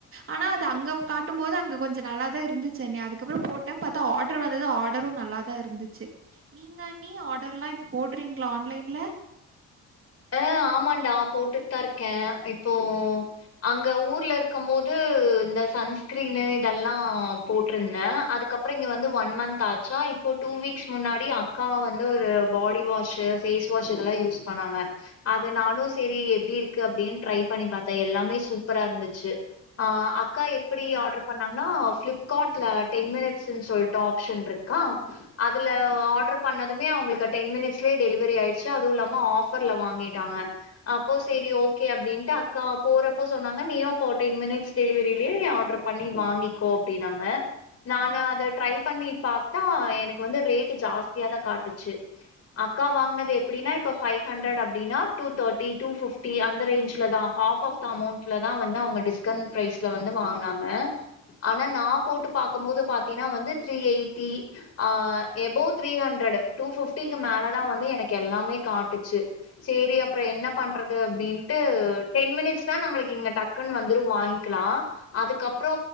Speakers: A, on the right; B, on the left.
A: ஆனா அது அங்க காட்டும் போது அங்க கொஞ்சோம் நல்லாதா இருந்துச்சு அண்ணி அதுக்கப்பறோம் போட்டே பாத்தா ஆர்ட்ர் வந்தது ஆர்ட்ரும் நல்லா இருந்துச்சு நீங்க அண்ணி ஆர்டர்லாம்‌ ‌போட்றீங்ளா‌ ஆன்லைன்ல
B: ஆ ஆமாண்டா போட்டுட்டு தா இருக்கே இப்போ அங்க ஊர்ல இருக்கும் போது இந்த சன்ஸ்கிரீனு இதெல்லா போட்ருந்தே அதுக்கப் அப்பறம் இங்க வந்து ஒன் மந்த் ஆச்சா இப்போ டூ வீக்ஸ் முன்னாடி அக்கா வந்து ஒரு பாடி வாஷ் பேஸ் வாஷ் இதெல்லா யூஸ் பண்ணாங்க அத நானும் செரி எப்டி இருக்கு அப்டின் ட்ரை பண்ணி பாத்தேனஎல்லாமே சூப்பரா இருந்துச்சு ஆ அக்கா எப்டி ஆர்டர் பண்ணாங்கன்னா ப் காட்ல டென் மினிட்ஸ்ன்னு சொல்ட்டு ஆப்ஷன் இருக்கா அதுல ஆர்டர் பண்ணதுமே அவுங்களுக்கு டென் மினிட்ஸ்லேயே டெலிவரி ஆயிடுச்சு அதுவும்ல்லாம ஆஃபர் ல வாங்கிட்டாங்க அப்போ சேரி ஓகே அப்டின்ட்டு அக்கா போறப்போ சொன்னாங்க நீயு அப்ப டென் மினிட்ஸ் டெலிவரிலயே ஆர்டர் பண்ணி வாங்கிக்கோ அப்டினாங்க நானு அத ட்ரை பண்ணி பாத்தா எனக்கு வந்து ரேட்டு் ஜாஸ்தியாதா காட்டுச்சு அக்கா வாங்குனது எப்டினா இப்ப பைவ் ஹண்ட்ரட் அப்டின்னா டூ தேர்டி டூ பிப்டி அந்த ரேஞ்ச்ல தா ஹாப் ஆஃப் த அமௌண்ட்ல தா வந்து அவங்க டிஸ் க்கன் ப்ரைஸ்ல வந்து வாங்கனாங்க ஆனா நா போட்டு பாக்கும் போது பாத்தீனா வந்து த்ரீ எயிட்டி ஆ எபோவ் த்ரீ ஹண்ட்ரட் டூ ஃபிஃப்டிக்கு மேல தா வந்து எனக்கு எல்லாமே காட்டுச்சு சேரி அப்பற என்ன பண்றது அப்டின்ட்டு டென் மினிட்ஸ்னா நம்ளுக்கு இங்க டக்குன் வந்துரு வாங்க்கலா அதுக்கப்புறோ